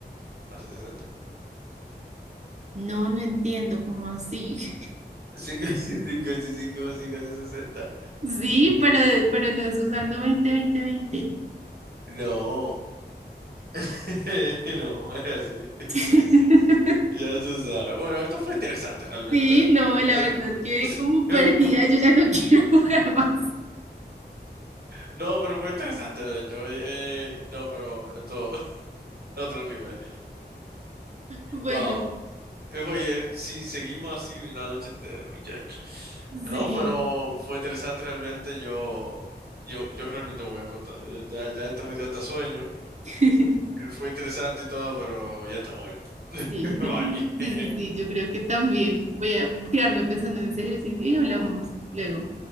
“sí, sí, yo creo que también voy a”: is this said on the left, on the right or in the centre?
Right